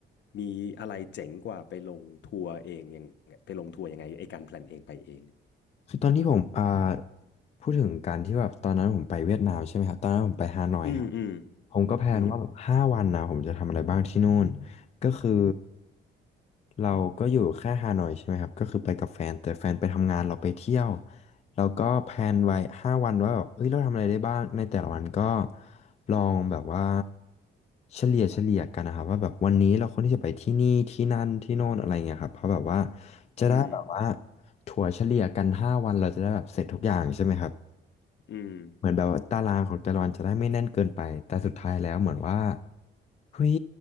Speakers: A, on the left; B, on the left.
A: มีอะไรเจ๋งกว่าไปลงทัวร์เองยังไปลงทัวร์ยังไงไอ้การแพลนเองไปเอง
B: คือตอนที่ผมอ่าพูดถึงการที่แบบตอนนั้นผมไปเวียดนามใช่ไหมครับตอนนั้นผมไปฮานอยครับ
A: อืมอืม
B: ผมก็แพลนว่าแบบห้าวันนะผมจะทำอะไรบ้างที่นู่น
A: อืม
B: ก็คือเราก็อยู่แค่ฮานอยใช่ไหมครับก็คือไปกับแฟนแต่แฟนไปทำงานเราไปเที่ยวเราก็แพลนไว้ห้าวันว่าแบบเฮ้ยเราทำอะไรได้บ้างในแต่ละวันก็ลองแบบว่าเฉลี่ยเฉลี่ยกันนะครับว่าแบบวันนี้เราควรที่จะไปที่นี่ที่นั่นที่โน่นอะไรเงี้ยครับเพราะแบบว่าจะได้แบบว่า
A: อืม
B: ถั่วเฉลี่ยกันห้าวันเราจะได้แบบเสร็จทุกอย่างใช่ไหมครับ
A: อืม
B: เหมือนแบบว่าตารางของแต่ละวันจะได้ไม่แน่นเกินไปแต่สุดท้ายแล้วเหมือนว่าเฮ้ย